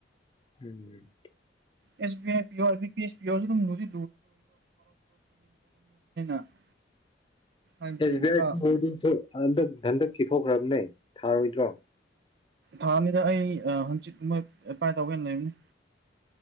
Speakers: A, on the left; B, on the right.
A: ꯎꯝ
B: ꯑꯦꯁ ꯕꯤ ꯑꯥꯏ ꯄꯤꯑꯣ ꯑꯥꯢ ꯕꯤ ꯄꯤ ꯑꯦꯁ ꯄꯤꯌꯣꯁꯨ ꯑꯗꯨꯝ ꯂꯨꯗꯤ <unintelligible> ꯍꯥꯏꯗꯤ
A: ꯑꯦꯁ ꯕꯤ ꯑꯥꯏꯡꯁꯨ
B: ꯈꯔ
A: ꯍꯟꯗꯛ ꯍꯟꯗꯛ ꯀꯤꯊꯣꯛꯈ꯭ꯔꯕꯅꯦ ꯊꯥꯔꯣꯏꯗ꯭ꯔꯣ
B: ꯊꯥꯅꯤꯗ ꯑꯩ ꯍꯪꯆꯤꯠꯀꯨꯝꯕꯣꯏ ꯑꯦꯄ꯭ꯂꯥꯏ ꯇꯧꯕꯦꯅ ꯂꯩꯕꯅꯤ